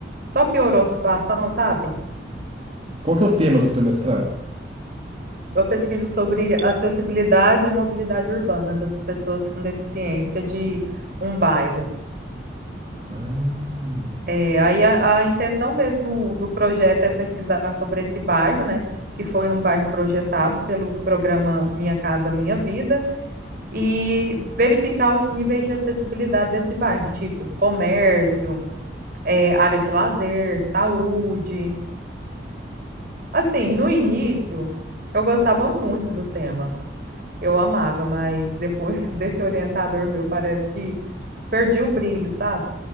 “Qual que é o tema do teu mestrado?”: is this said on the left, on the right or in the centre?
Right